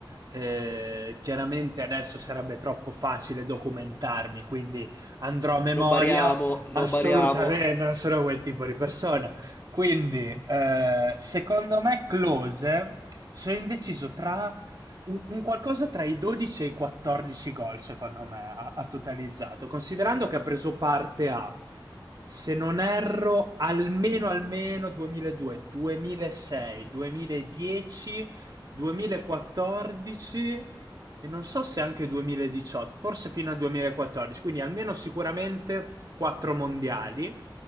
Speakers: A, on the right; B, on the left.
A: eh, chiaramente adesso sarebbe troppo facile documentarmi, quindi andrò a memoria.
B: Non bariamo, non
A: Assolutamente,
B: bariamo.
A: non sono quel tipo di persona. Quindi, eh, secondo me, Klose sono indeciso tra un, un qualcosa tra i 12 e i 14 gol, secondo me, ha, ha totalizzato, considerando che ha preso parte a, se non erro, almeno almeno 2002, 2006, 2010, 2014 e non so se anche 2018, forse fino al 2014, quindi almeno sicuramente quattro mondiali.